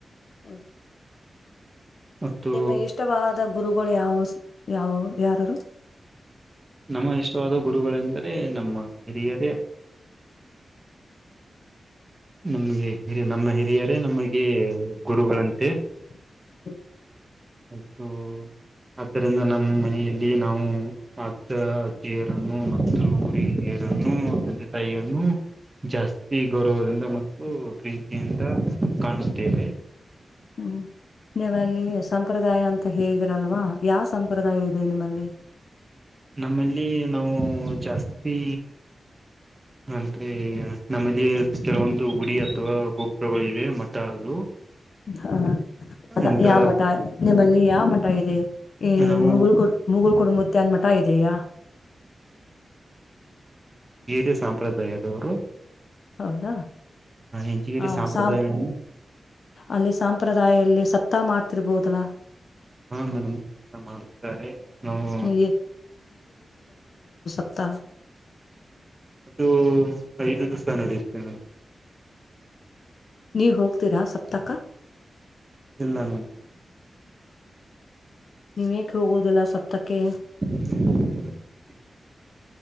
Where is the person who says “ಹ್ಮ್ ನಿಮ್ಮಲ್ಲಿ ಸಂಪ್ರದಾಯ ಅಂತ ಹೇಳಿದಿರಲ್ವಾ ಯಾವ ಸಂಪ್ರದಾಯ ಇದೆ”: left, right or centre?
Left